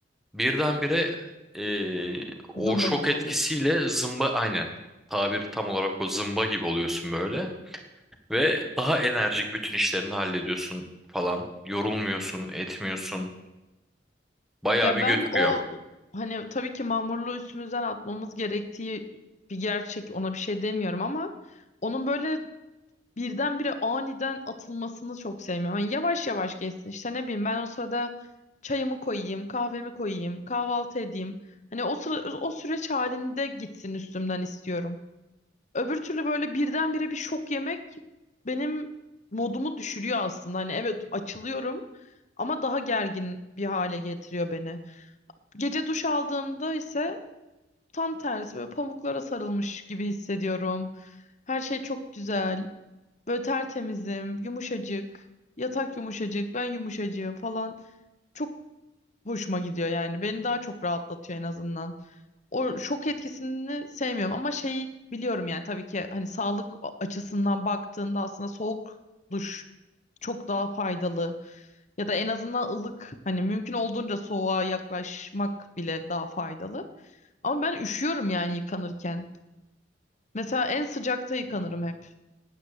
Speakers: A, in the centre; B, on the left.
A: birdenbire eee o
B: zımba
A: şok
B: gibi
A: etkisiyle
B: oluyorsun.
A: zımba aynen tabir tam olarak o zımba gibi oluyorsun böyle. Ve daha enerjik bütün işlerini hallediyorsun falan. Yorulmuyorsun, etmiyorsun. Bayağı
B: Ya
A: bir Evet.
B: ben
A: götürüyor.
B: o hani tabii ki mamurluğu üstümüzden atmamız gerektiği bir gerçek ona bir şey demiyorum ama onun böyle birdenbire aniden atılmasını çok sevmiyorum. Hani yavaş yavaş geçsin işte ne bileyim ben o sırada çayımı koyayım, kahvemi koyayım, kahvaltı edeyim. Hani o sıra, o süreç halinde gitsin üstümden istiyorum. Öbür türlü böyle birdenbire bir şok yemek benim modumu düşürüyor aslında. Hani evet açılıyorum ama daha gergin bir hale getiriyor beni. Gece duş aldığımda ise tam tersi böyle pamuklara sarılmış gibi hissediyorum. Her şey çok güzel. Böyle tertemizim, yumuşacık. Yatak yumuşacık, ben yumuşacığım falan. Çok hoşuma gidiyor yani. Beni daha çok rahatlatıyor en azından. O şok etkisini sevmiyorum ama şey biliyorum yani tabii ki hani sağlık açısından baktığında aslında soğuk duş çok daha faydalı. Ya da en azından ılık hani mümkün olduğunca soğuğa yaklaşmak bile daha faydalı. Ama ben üşüyorum yani yıkanırken. Mesela en sıcakta yıkanırım hep.